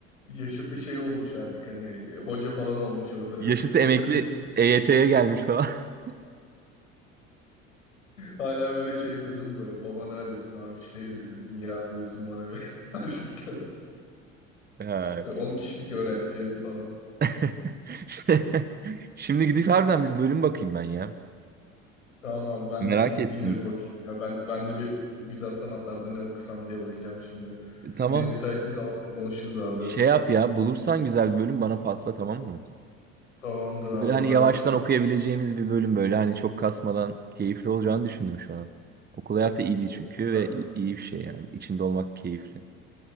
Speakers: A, on the left (about 80°); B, on the right (about 25°).
A: yaşıtı şey olmuş artık hani e, hoca falan olmuş orada <laughs> öğretim
B: yaşıtı emekli
A: görevlisi.
B: EYT'ye gelmiş falan. <laughs>
A: Hala böyle şey yapıyorsun böyle babanı arıyorsun abi şey diyorsun ya diyorsun bana bir <laughs> harçlık gö-
B: Ya.
A: böyle 10 kişilik öğrenci evi falan.
B: <laughs> Şimdi gidip harbiden bir bölüm bakayım ben ya.
A: Tamam abi ben
B: Merak
A: de şimdi
B: ettim.
A: gideyim de bir bakayım. Ya ben, ben de bir güzel sanatlarda ne okusam diye bakacağım şimdi.
B: Tamam.
A: Yine müsait bir zamanda konuşuruz abi.
B: Şey yap ya bulursan güzel bir bölüm bana pasla tamam mı?
A: Tamamdır
B: Böyle
A: abi haberleşiriz.
B: hani yavaştan okuyabileceğimiz bir bölüm böyle hani çok kasmadan keyifli olacağını düşündüm şu an. Okul hayatı iyiydi
A: O-
B: çünkü
A: akar.
B: ve i- iyi bir şey yani. İçinde olmak keyifli.